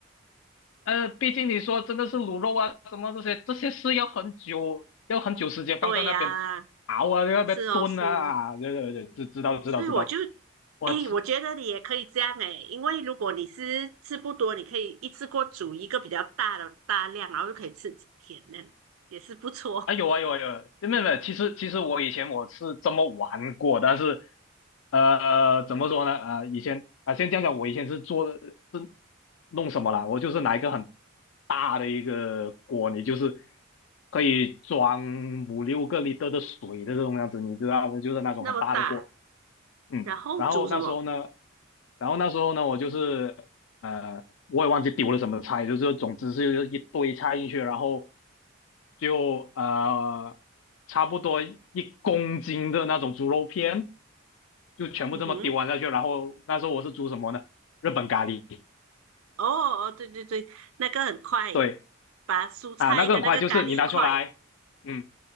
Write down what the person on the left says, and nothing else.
呃，毕竟你说真的是卤肉啊，什么这些这些是要很久，要很久时间放在那边熬啊，
在那边炖啊，
啊，对对对，知知道知道知道，
我吃。
啊，有啊有啊有啊，没有没有，其实其实我以前我是这么玩过，但是呃怎么说呢？啊、以前啊、先讲讲我以前是做是弄什么啦？我就是拿一个很大的一个锅，你就是可以装五六个 l i 的水的这种样子，你知道吗？就是那种很大的锅，
嗯。
然后那时候呢，然后那时候呢，我就是呃，我也忘记丢了什么菜，就是总之是一堆菜进去，然后就呃差不多一公斤的那种猪肉片，就全部这么丢完下去。
然后那时候我是煮什么呢？日本咖喱，
对
啊，那个很快，就是你拿出来，嗯，